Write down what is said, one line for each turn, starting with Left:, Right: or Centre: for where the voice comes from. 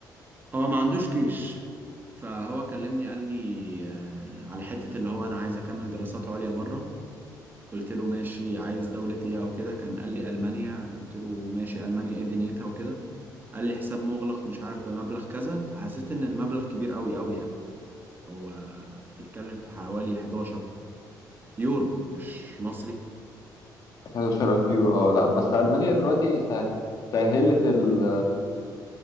Right: هو ما عندوش جيش فهو كلمني قال لي آه، على حتة اللي هو انا عايز اكمل دراسات عليا بره قلت له ماشي عايز دولة ايه او كده كان قال لي ألمانيا قلت له ماشي ألمانيا ايه دنيتها وكده قال لي حساب مغلق مش عارف بمبلغ كذا فحسيت ان المبلغ كبير قوي قوي يعني هو بتتكلم في حوالي 11 يورو مش مصري
Left: 11000 يورو اه لا بس
Right: أم،
Left: المانيا دلوقتي سه- سهلت ال